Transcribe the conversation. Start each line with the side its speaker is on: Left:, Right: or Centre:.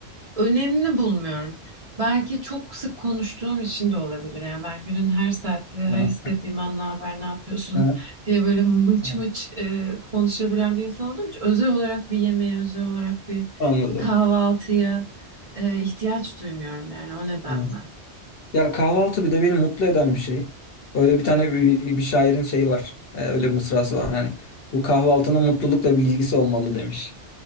Right: e, önemli bulmuyorum. Belki çok sık konuştuğum için de olabilir. Yani ben günün her saati, her
Left: Aha,
Right: istediğim an ne haber, ne yapıyorsun
Left: aha.
Right: <laughs> diye böyle mıç
Left: Evet.
Right: mıç e, konuşabilen bir insan olduğum için özel olarak bir yemeğe, özel olarak bir
Left: Anladım.
Right: kahvaltıya e, ihtiyaç duymuyorum yani o nedenle.
Left: Evet. Ya kahvaltı bir de beni mutlu eden bir şey. Öyle bir tane bir, bir şairin şeyi var. Ee, öyle bir mısrası var. Hani bu kahvaltının mutlulukla bir ilgisi olmalı demiş.